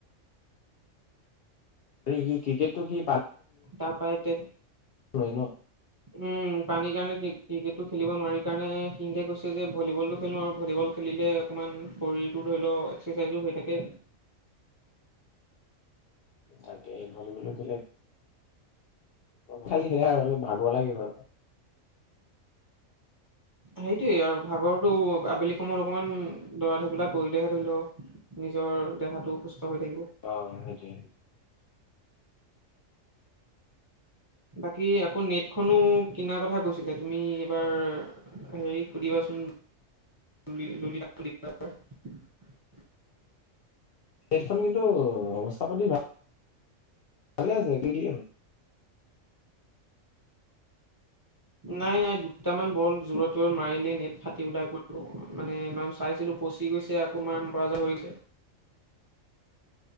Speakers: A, on the left; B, on the right.
A: এই ক্ৰিকেটটো কি
B: তাপাইতে
A: পৰে ন
B: উম পানীৰ কাৰণে ক্ৰিকেটটো খেলিব নোৱাৰি কাৰণে সিংধে কৈছে যে ভলীবল টো খেলো আৰু ভলীবল খেলিলে অকণমান শৰীৰটো ধৰি লওক এক্সাৰচাইজো হৈ থাকে।
A: তাকে ভলীবলো খেলে খালি সেয়াই আৰু অলপ ভাগৰ লাগে বাৰু
B: সেইটোয়ে আৰু ভাগৰতো আবেলি সময়ত অকমান দৌৰা ধপৰা কৰিলেহে ধৰি লও নিজৰ দেহাটো সুস্থ হৈ থাকিব
A: অ সেইটো
B: বাকী আকৌ নেটখনো কিনাৰ কথা কৈছিলে তুমি এইবাৰ হেৰি সুধিবাচোন। <unintelligible>
A: হেডফোন কিন্তু অৱস্থা পাতি ভাল ভাল আছে পটি এ
B: নাই নাই দুটামান বল জোৰত জত মাৰিলে নেট ফাটি ওলাই পৰিব মানে চাইছিলো পচি গৈছে আকৌ মাৰ বাৰাজা উৰিলে।